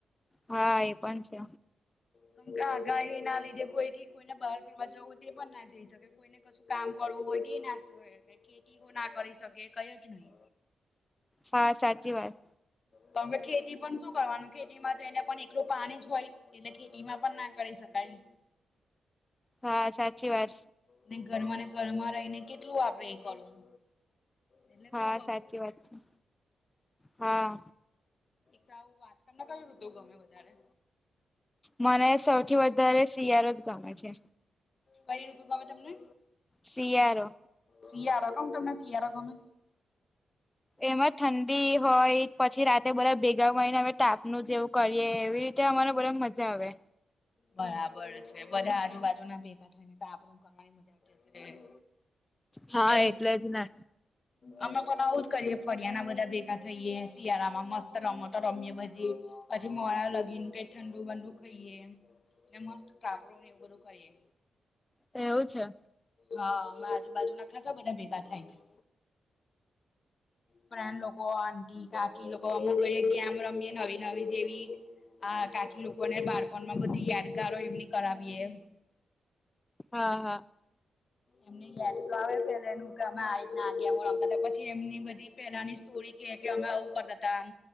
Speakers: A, on the left; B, on the left.
A: હા એ પણ છે.
B: કેમ કે આગાહીના લીધે કોઈ થી કોઈને બહાર ફરવા જવું તે પણ ના જઈ શકે. કોઈને કશું કામ કરવું હોય તે ના ખેતી ના કરી શકે કઈ જ નઈ.
A: હા સાચી વાત.
B: તો હવે ખેતી પણ શું કરવાનું ખેતીમાં જઈને પણ એટલું પાણી જ હોય. એટલે ખેતીમાં પણ ના કરી શકાય.
A: હા સાચી વાત.
B: ને ઘરમાં ને ઘરમાં રહી ને કેટલું આપડે એ કરવું. એટલે
A: હા
B: ખુબ અઘરું
A: સાચી વાત છે. હા
B: ત આવું વાત તમને કયું ઋતુ ગમે વધારે?
A: મને સૌથી વધારે શિયાળો જ ગમે છે.
B: કઈ ઋતુ ગમે તમને?
A: સીયારો.
B: શિયાળો કમ તમને શિયાળો ગમે?
A: એમાં ઠંડી હોય, પછી રાતે બધા ભેગા મળીને અમે તાપનું જેવું કરીએ, એવી રીતે અમારે બધાને મજા આવે.
B: બરાબર છે. બધા આજુબાજુના ભેગા થાય ને તાપણું કરવાની મજા આવતી હશે.
A: હા
B: કેમ
A: એટલે જ ને.
B: <inaudible> અમે પણ આવું જ કરીએ. ફળિયાના બધા ભેગા થઈએે, શિયાળામાં મસ્ત રમતો રમીએ બધી. પછી મોડા લગીને કઈ ઠંડુ બન્ડુ ખઈએે એમ. ને મસ્ત તાપડું ને એવું બધું કરીએ.
A: એવું છે.
B: હા અમારે આજુબાજુના ખાસા બધા ભેગા થાય. ફ્રેન્ડ લોકો, આટી, કાકી લોકો અમુક કહીયે ગેમ રમીએ નવી નવી જેવી. આ કાકી લોકોને બાળપણમાં બધી યાદગારો એમની કરાવીએ.
A: હા હા.
B: એમને યાદ તો આવે પેલા એનું કે અમે આ રીતના આ ગેમો રમતા તા. પછી એમની બધી પેલાની સ્ટોરી કે કે અમે આવું કરતા તા આમ